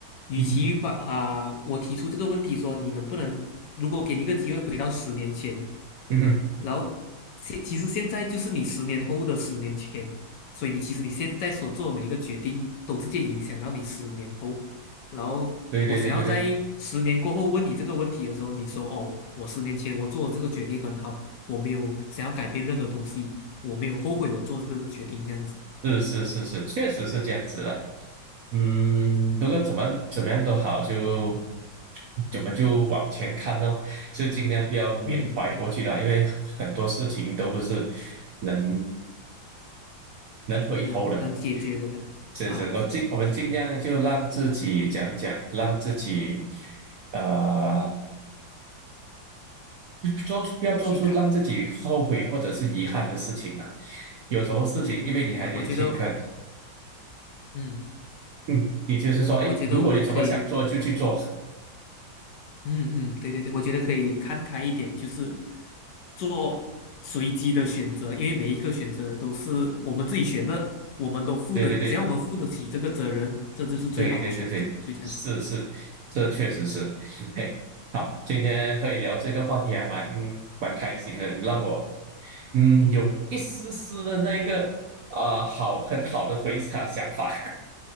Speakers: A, on the left (about 70°); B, on the right (about 65°).
A: 与其把啊、
B: 嗯哼，
A: 我提出这个问题说你能不能，如果给你一个机会回到十年前。
B: 嗯哼，
A: 然后现其实现在就是你十年后的十年前，所以你其实你现在所做的每一个决定都直接影响到你十年后。然后我想要在十年过后问你这个问题的时候，
B: 对对对对对，
A: 你说哦，我十年前我做的这个决定很好，我没有想要改变任何东西，我没有后悔我做这个决定这样子。
B: 是是是是，确实是这样子的。嗯，如果怎么怎么样都好，就我们就往前看咯，是尽量不要缅怀过去了，
A: 嗯，对，
B: 因为很多事情都不是能能回头人。
A: 能能解决的这样啊，
B: 这是我尽我们尽量的就让自己讲讲，
A: 是是是，
B: 让自己呃做出不要做出让自己后悔或者是遗憾的事情了。
A: 去看。
B: 有什么事情，
A: 嗯嗯，
B: 因为你还年轻，
A: 我我觉得，
B: 可
A: 嗯，
B: 嗯，也就是说，
A: 我我觉得我们可以。
B: 哎，如果你什么想做就去做，
A: 嗯嗯，对对对，我觉得可以看开一点，就是做随机的选择，因为每一个选择都是我们自己选的，我们都负的，
B: <laughs> 对对对
A: 只要我们负得起这个责任，这就是最好的选择，
B: 对对对对，
A: 就这样子。
B: 是是，这确实是，嘿，好，今天和你聊这个话题还蛮嗯蛮开心的，你让我嗯有一丝丝的那个啊、
A: 嗯
B: 好很好的回想想法，